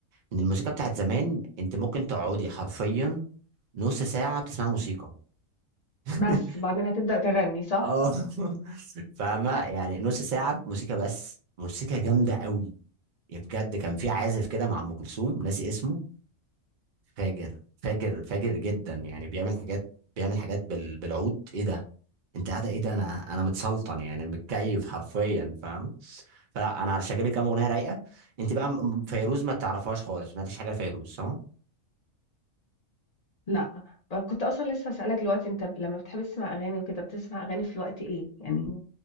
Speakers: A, on the right; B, on the left.
A: ان الموسيقى بتاعت زمان انت ممكن تقعدي حرفيا نص ساعه بتسمعي موسيقى <laughs>
B: بس، وبعدين هتبدأ تغني صح؟
A: اه <laughs> فاهمة يعني نص ساعة موسيقى بس موسيقى جامدة قوي يا بجد كان في عازف كده مع أم كلثوم ناسي اسمه فاجر فاجر فاجر جدا يعني بيعمل حاجات بيعمل حاجات بال... بالعود ايه ده انت قاعدة ايه ده انا انا متسلطن يعني متكيف حرفيا فاهم فلا انا هرشجع لي كام اغنية رايقة انت بقى م- م- فيروز ما تعرفهاش خالص ما سمعتش حاجة لفيروز صح؟
B: لأ، ب كنت أصلًا لسه هاسألك دلوقتي أنت ب لمّا بتحب تسمع أغاني وكده، بتسمع أغاني في وقت إيه؟ يعني